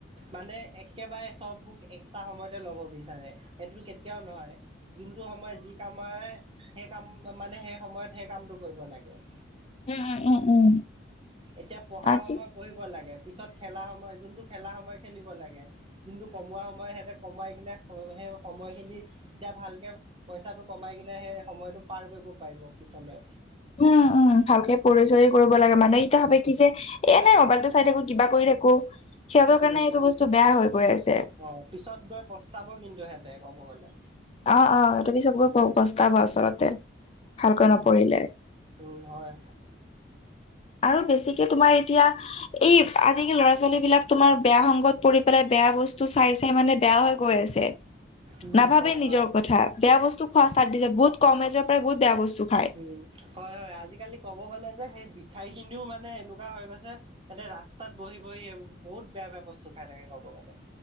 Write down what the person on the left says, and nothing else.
উম উম উম উম
আজি
উম -উম ভালকে পঢ়ি চৰি কৰিব লাগে মানে এতিয়া ভাবে কি যে এ নাই মোবাইলটো চাই থাকো কিবা কৰি থাকো সিহঁতৰ কাৰণে
এইটো বস্তু বেয়া হৈ গৈ আছে।
অ, অ, সিহঁতে পিছত গৈ পস্তাব আচলতে ভালকৈ
নপঢ়িলে।
আৰু বেছিকে তোমাৰ এতিয়া এই আজিকালি ল'ৰা ছোৱালী বিলাক তোমাৰ বেয়া সংগত পৰি পেলাই বেয়া বস্তু চাই চাই মানে বেয়া হৈ গৈ আছে।
নাভাবে
নিজৰ
কথা বেয়া বস্তু খোৱা ষ্টাৰ্ট দিছে বহুত কম এজৰ পৰাই বহুত বেয়া বস্তু খায়।